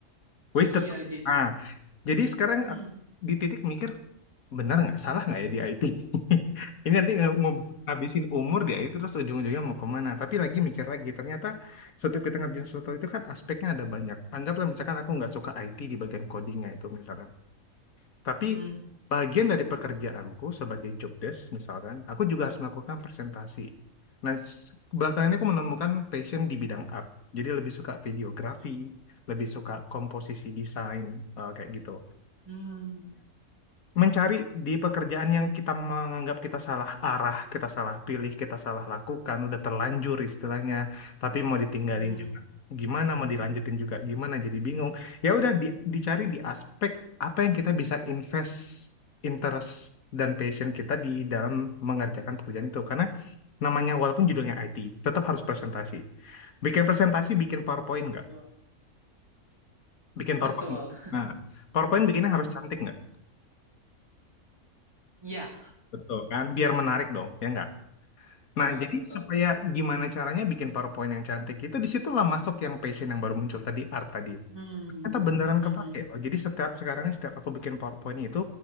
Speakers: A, on the left; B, on the right.
A: Wasted.
B: Iya, jadi
A: Ah, jadi sekarang
B: Mm,
A: aku di titik mikir benar nggak salah nggak ya di IT <laughs> ini nanti nge- nge- ngabisin umur di IT terus ujung-ujungnya mau kemana tapi lagi mikir lagi ternyata setiap kita ngerjain sesuatu itu kan aspeknya ada banyak anggaplah misalkan aku nggak suka IT di bagian codingnya itu misalkan tapi
B: mm,
A: bagian dari pekerjaanku sebagai job desk misalkan aku juga harus melakukan presentasi nah s- belakangan ini aku menemukan passion di bidang art jadi lebih suka videografi lebih suka komposisi desain eh, kayak gitu
B: mm,
A: mencari di pekerjaan yang kita menganggap kita salah arah, kita salah pilih, kita salah lakukan, udah terlanjur istilahnya, tapi mau ditinggalin
B: mm.
A: juga. Gimana mau dilanjutin juga gimana jadi bingung. Ya udah di- dicari di aspek apa yang kita bisa invest interest dan passion kita di dalam mengerjakan pekerjaan itu. Karena namanya walaupun judulnya IT, tetap harus presentasi. Bikin presentasi, bikin PowerPoint nggak?
B: Betul.
A: Bikin
B: Betul.
A: PowerPoint. Nah, PowerPoint bikinnya
B: Mm.
A: harus cantik nggak?
B: Iya,
A: Betul kan? Biar menarik dong, ya nggak? Nah,
B: betul,
A: jadi
B: betul.
A: supaya gimana caranya bikin PowerPoint yang cantik itu disitulah masuk yang passion yang baru muncul tadi art tadi.
B: Mm.
A: Ternyata beneran
B: Mhm.
A: kepake loh. Jadi setiap sekarang ini setiap aku bikin PowerPoint itu